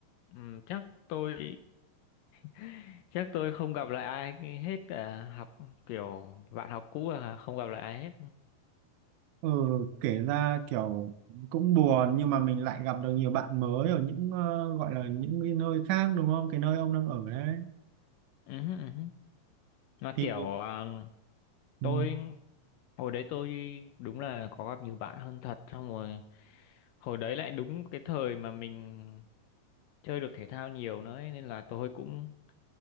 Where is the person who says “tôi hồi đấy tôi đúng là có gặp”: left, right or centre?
Left